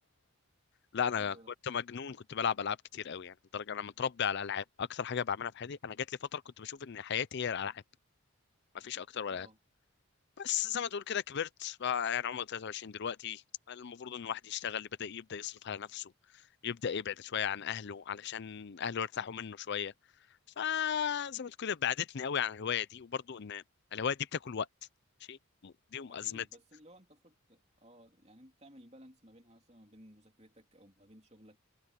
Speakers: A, on the left (about 50°); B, on the right (about 30°).
A: لا انا
B: حلو
A: كنت
B: ده
A: مجنون كنت بلعب العاب كتير قوي يعني لدرجه انا متربي على الالعاب اكتر حاجه بعملها في حياتي انا جات لي فتره كنت بشوف ان حياتي هي الالعاب ما فيش اكتر ولا
B: اه
A: اقل بس زي ما تقول كده كبرت بقى يعني عمري 23 دلوقتي المفروض ان الواحد يشتغل بدا يبدا يصرف على نفسه يبدا يبعد شويه عن اهله علشان اهله يرتاحوا منه شويه فزي ما تقول كده بعدتني قوي عن الهوايه دي وبرضه ان الهوايه دي بتاكل وقت ماشي دي
B: اكيد
A: ازمتي
B: بس اللي هو انت المفروض اه يعني انت تعمل البالانس ما بينها مثلا ما بين مذاكرتك او ما بين شغلك